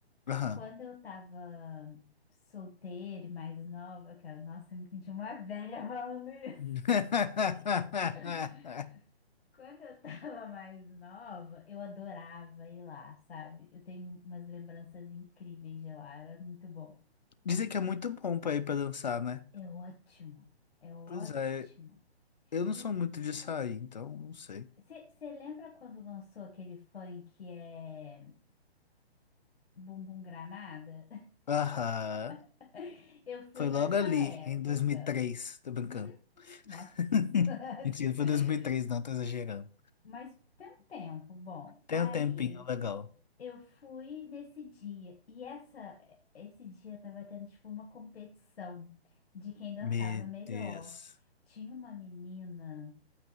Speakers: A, on the left; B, on the left.
A: Aham.
B: Quando eu tava solteira e mais nova, cara, nossa, eu me senti uma velha falando isso.
A: <laughs>
B: <laughs> Quando eu tava mais nova, eu adorava ir lá, sabe? Eu tenho umas lembranças incríveis de lá, era muito bom.
A: Dizem que é muito bom pra ir pra dançar, né?
B: É ótimo, é ótimo.
A: Pois é, eu não
B: E
A: sou muito de sair, então não sei.
B: você lembra quando lançou aquele funk que é Bumbum Granada?
A: Aham.
B: <laughs> Eu fui
A: Foi
B: nessa
A: logo ali,
B: época.
A: em dois mil e três, Tô brincando.
B: Uhum,
A: <laughs>
B: nossa. <laughs>
A: Mentira, foi dois mil e três, não, tô exagerando.
B: Mas tem um tempo, bom.
A: Tem
B: Aí
A: um tempinho legal.
B: eu fui nesse dia e essa esse dia tava tendo tipo uma competição de quem dançava
A: Meu
B: melhor.
A: Deus.
B: Tinha uma menina